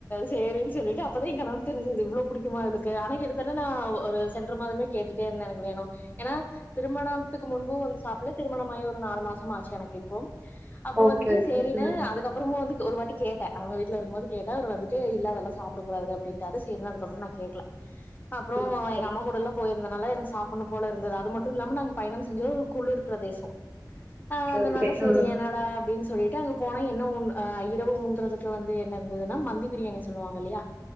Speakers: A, on the left; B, on the right.
A: சேரின் சொல்லிட்டு அப்பதா ஏ கனவன்க் தெரிஞ்சிது இவ்ளோ புடிக்குமா இவ்ளுக்கு ஆனா எது தட்ட நா ஒரு சென்ற மாதமே கேட்டுட்டே இருந்த எனக்கு வேணு ஏனா திருமணம்த்துக்கு முன்பு வந்து சாப்புல்ல திருமணமாயி ஒரு நாலு மாசம் ஆச்சு எனக்கு இப்போ அப்ப
B: ஓகே
A: வந்துட்டு
B: ஓகே
A: சேரினு
B: ம்
A: அதுக்கப் அப்புறமு வந்துக் ஒரு வாட்டி கேட்ட அவுங்க வீட்ல இருக்கம்போது கேட்ட அவுரு வந்துட்டு அதல்லா சாப்புடக்கூடாது அப்டின்ட்டாரு சேரினு அதுக்கப்புற நா கேக்ல அப்றோ
B: ஓகே
A: எங் அம்மா கூடல்லா போயிர்ந்தனால எனக்கு சாப்புட்ணு போல இருந்தது அது மட்டு இல்லாம நாங்க பயணம் செஞ்ச ஒரு குளிர் பிரதேசோ அ அதுனால
B: ஓகே ஓகே
A: சேரி
B: ஆ
A: என்னடா அப்டின்ஸ் சொல்லிட்டு அங்க போனா என்ன உன் இரவு உன்றதுக்கு வந்து என்ன இர்ந்துதுன்னா மந்தி பிரியாணி சொல்லுவாங்க இல்லயா